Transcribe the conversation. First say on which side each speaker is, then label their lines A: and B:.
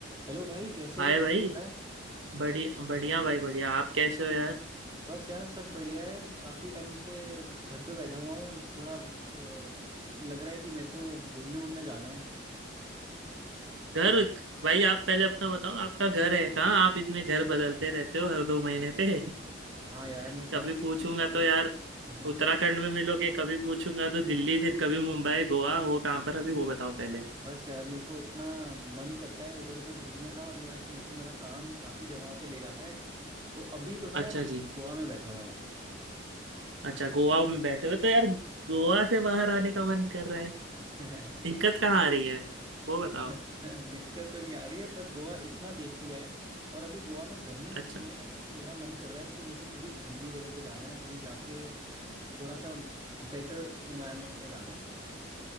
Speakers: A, on the right; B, on the right.
A: Hello भाई कैसे
B: हाय
A: हो क्या
B: भाई
A: चल रहा है
B: बढ़िया बढ़िया भाई बढ़िया आप कैसे हो यार
A: बस यार सब बढ़िया है काफ़ी टाइम से घर पे बैठा हुआ हूँ थोड़ा अ, लग रहा है कि मेरे को घूमने वूमने जाना है
B: घर भाई आप पहले अपना बताओ आपका घर है कहाँ आप इतने घर बदलते रहते हो हर दो महीने पे <laughs>
A: हाँ यार मैं काफ़ी
B: कभी पूछूंगा तो यार
A: <laughs>
B: उत्तराखंड में मिलोगे कभी पूछूंगा तो दिल्ली फिर कभी मुंबई गोवा हो कहाँ पर अभी वो बताओ पहले
A: बस यार मेरे को इतना मन करता है इधर उधर घूमने का और मेरा मेरे को मेरा काम काफ़ी जगहों पे ले जाता है तो अभी तो मैं
B: अच्छा
A: देखो
B: जी
A: गोवा में बैठा हुआ हूँ
B: अच्छा गोवा में बैठे हो तो यार गोवा से बाहर आने का मन कर रहा है
A: पर
B: दिक्कत
A: <laughs>
B: कहाँ आ रही है वो बताओ
A: <laughs> दिक्कत तो नहीं आ रही है पर गोवा इतना देख लिया है और अभी गोवा में गर्मी इतनी
B: अच्छा
A: है कि मेरा मन कर रहा है कि मेरे को किसी ठंडी जगह पे जाना है कहीं जाके थोड़ा सा बेटर इन्वायरमेंट में जाना है